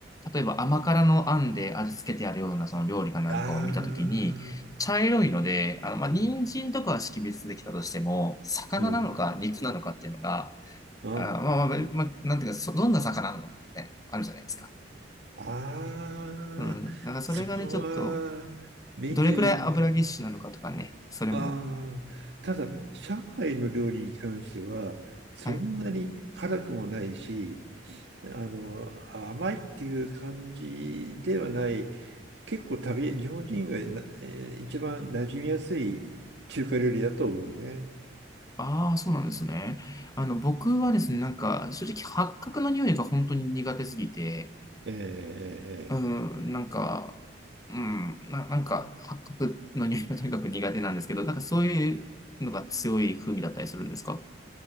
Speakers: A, on the left; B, on the right.
A: 例えば甘辛のあんで味付けてあるようなその料理かなんかを見たときに、
B: ああ、
A: 茶色いので、あの、まあ、人参とかは識別できたとしても、
B: うん、
A: 魚なのか肉なのかっていうのが、
B: うん。あ
A: あーまあまあ、まあ、なんていうか、そどんな魚なのかみたいな、あるじゃないですか。
B: あ、ああ、
A: うん。だからそれがね、
B: そこはメニュー、
A: ちょっと、どれくらい油ぎっしゅなのかとかね、それも。
B: ああ、ただ、上海の料理に関しては、そんなに辛くもないし、
A: はい。
B: あの、甘いっていう感じではない結構旅、日本人がな、えー一番馴染みやすい中華料理だと思うね。
A: ああ、そうなんですね。あの、僕はですね、なんか、正直、八角の匂いが本当に苦手すぎて、
B: えーえーえー
A: うん、なんか、うん、な、なんか、八角の匂いが <laughs> とにかく苦手なんですけど、なんかそういうのが強い風味だったりするんですか